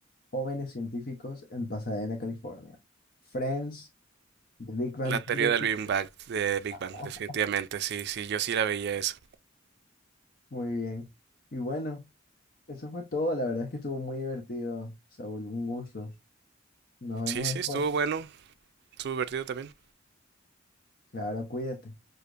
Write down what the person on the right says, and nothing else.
La teoría
del Big Bang, de Big Bang,
definitivamente. Sí, sí, yo sí la veía eso.
Sí, sí,
estuvo bueno. Estuvo divertido también.